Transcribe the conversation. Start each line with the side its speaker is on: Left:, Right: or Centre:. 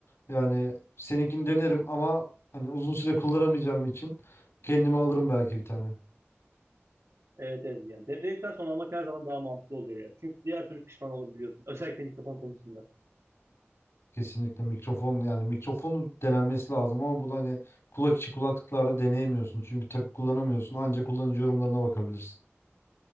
Left: Yani seninkini denerim ama hani uzun süre kullanamayacağım için kendime alırım belki bir tane.
Right: Evet evet ya. Denedikten sonra almak her zaman daha mantıklı oluyor ya. Çünkü diğer türlü pişman olabiliyorsun. Özellikle mikrofon konusunda.
Left: Kesinlikle mikrofon yani mikrofonun denenmesi lazım ama bu da hani kulak içi kulaklıklarda deneyemiyorsun. Çünkü takıp kullanamıyorsun. Ancak kullanıcı yorumlarına bakabilirsin.